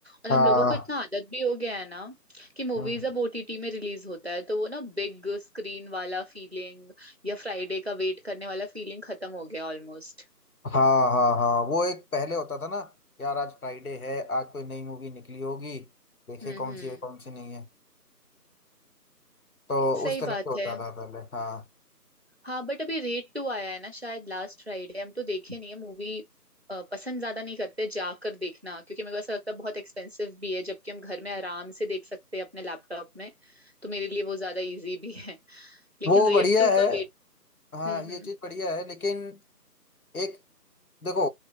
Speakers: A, on the right (about 40°); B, on the left (about 60°).
A: और
B: हाँ,
A: हम लोगों को इतना आदत भी हो गया है ना कि मूवीज
B: हम्म
A: अब ओटीटी में रिलीज होता है तो वो ना बिग स्क्रीन वाला फीलिंग या फ्राइडे का वेट करने वाला फीलिंग खत्म हो गया ऑलमोस्ट
B: हाँ हाँ हाँ वो एक पहले होता था ना यार आज फ्राइडे है आज कोई नई मूवी निकली होगी देखे
A: हम्म
B: कौन
A: हम्म
B: सी है कौन सी नहीं है तो
A: सही
B: उस तरह
A: बात
B: से होता
A: है
B: था पहले हाँ
A: हाँ बट अभी रेड टू आया है ना शायद लास्ट फ्राइडे हम तो देखे नहीं है मूवी पसंद ज्यादा नहीं करते जाकर देखना क्योंकि मेरे को ऐसा लगता है बहुत एक्सपेंसिव भी है जबकि हम घर में आराम से देख सकते हैं अपने लैपटॉप में तो मेरे लिए वो ज्यादा इजी भी है लेकिन
B: वो
A: रेड
B: बढ़िया
A: टू
B: है
A: का वेट
B: हाँ
A: हम्म
B: ये
A: हम्म
B: चीज बढ़िया है लेकिन एक देखो